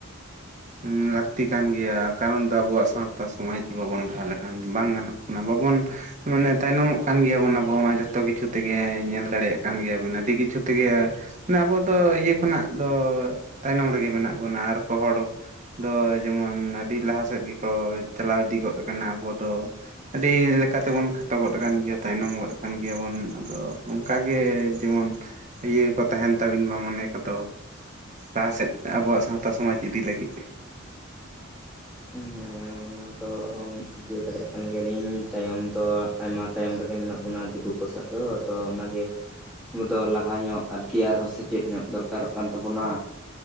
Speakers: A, on the right; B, in the centre.
A: ᱞᱟᱠᱛᱤ ᱠᱟᱱ ᱜᱮᱭᱟ ᱠᱟᱨᱚᱱ ᱫᱚ ᱟᱵᱩᱣᱟᱜ ᱥᱟᱶᱛᱟ ᱥᱚᱢᱟᱡ ᱵᱟᱵᱚᱱ ᱞᱟᱦᱟ ᱞᱮᱠᱷᱟᱱ ᱵᱟᱝ ᱜᱟᱱᱚᱜ ᱠᱟᱱᱟ ᱵᱟᱵᱚᱱ- ᱢᱟᱱᱮ ᱛᱟᱭᱱᱚᱢᱚᱜ ᱠᱟᱱ ᱜᱮᱭᱟᱵᱚᱱ ᱟᱵᱚ ᱢᱟ ᱡᱚᱛᱚ ᱠᱤᱪᱷᱩ ᱛᱮᱜᱮ ᱧᱮᱞ ᱫᱟᱲᱮᱭᱟᱜ ᱠᱟᱱ ᱜᱮᱭᱟᱵᱤᱱ ᱟᱹᱰᱤ ᱠᱤᱪᱷᱩ ᱛᱮᱜᱮ᱾ ᱢᱟᱱᱮ ᱟᱵᱚ ᱫᱚ ᱤᱭᱟᱹ ᱠᱷᱚᱱᱟᱜ ᱫᱚ ᱛᱟᱭᱱᱚᱢ ᱨᱮᱜᱮ ᱢᱮᱱᱟᱜ ᱵᱚᱱᱟ ᱟᱨᱠᱚ ᱦᱚᱲ- ᱫᱚ ᱡᱮᱢᱚᱱ ᱟᱹᱰᱤ ᱞᱟᱦᱟ ᱥᱮᱫ ᱜᱮᱠᱚ ᱪᱟᱞᱟᱣ ᱤᱫᱤ ᱜᱚᱫ ᱟᱠᱟᱱᱟ ᱟᱵᱚ ᱫᱚ- ᱟᱹᱰᱤ ᱞᱮᱠᱟᱛᱮᱵᱚᱱ ᱠᱷᱟᱴᱚ ᱜᱚᱫ ᱟᱠᱟᱱ ᱜᱮᱭᱟ ᱛᱟᱭᱱᱚᱢ ᱜᱚᱫ ᱠᱟᱱ ᱜᱮᱭᱟᱵᱚᱱ ᱟᱫᱚ ᱚᱱᱠᱟᱜᱮ ᱡᱮᱢᱚᱱ ᱤᱭᱟᱹ ᱠᱚ ᱛᱟᱦᱮᱱ ᱛᱟᱵᱤᱱ ᱢᱟ ᱢᱚᱱᱮ ᱠᱚᱫᱚ ᱞᱟᱦᱟ ᱥᱮᱫ ᱟᱵᱚᱣᱟᱜ ᱥᱟᱶᱛᱟ ᱥᱚᱢᱟᱡᱽ ᱤᱫᱤ ᱞᱟᱹᱜᱤᱫ
B: ᱦᱮᱸ ᱚᱱᱟ ᱫᱚᱢ- ᱩᱡᱷᱟᱹᱣ ᱫᱟᱲᱮᱭᱟᱜ ᱠᱟᱱ ᱜᱮᱭᱟᱞᱤᱧ ᱛᱟᱭᱚᱢ ᱫᱚ ᱟᱭᱢᱟ ᱛᱟᱭᱚᱢ ᱨᱮᱜᱮ ᱢᱮᱱᱟᱜ ᱵᱚᱱᱟ ᱫᱤᱠᱩ ᱠᱚ ᱥᱟᱜ ᱫᱚ ᱟᱫᱚ ᱚᱱᱟ ᱜᱮ- ᱟᱵᱩ ᱫᱚ ᱞᱟᱦᱟ ᱧᱚᱜ ᱟᱨᱠᱤ ᱟᱨᱦᱚᱸ ᱥᱮᱪᱮᱫ ᱧᱚᱜ ᱫᱚᱨᱠᱟᱨᱚᱜ ᱠᱟᱱ ᱛᱟᱵᱚᱱᱟ᱾